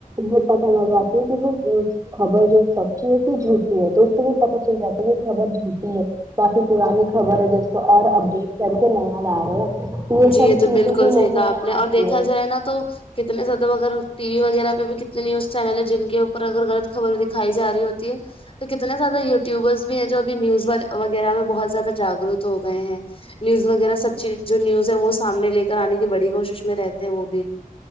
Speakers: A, on the right; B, on the left.
A: یہ پتا لگا تے ہے وہ خبر جو سچی ہے کہ جھوٹٹی ہے تو است بھی پتا چل جاتا ہے کہ خبر سچی ہے کافی پرانی خبر ہے جس کو اور اپڈیٹ کر کے نیا لا رہے ہیں
B: جی
A: سب
B: یہ تو
A: چیزیں
B: بالکل
A: بھی
B: سیکھا
A: نئی نئی
B: آپ نے
A: آ
B: اور
A: رہی
B: دیکھا
A: ہے
B: جائے نا تو کتنے زیادہ اگر ٹی وی وغیرہ پہ بھی کتنے نیوز چینل ہے جن کے اوپر اگر غلط خبر دکھائی رہی ہوتی ہے تو کتنے زیادہ یوٹیوبرس بھی ہیں جو ابھی نیوز والے وغیرہ میں بہت زیادہ جاگروت ہو گئے ہیں نیوز وغیرہ سچی جو نیوز ہے وہ سامنے لے کر آنے کی بڑی کوشش میں رہتے ہیں وہ بھی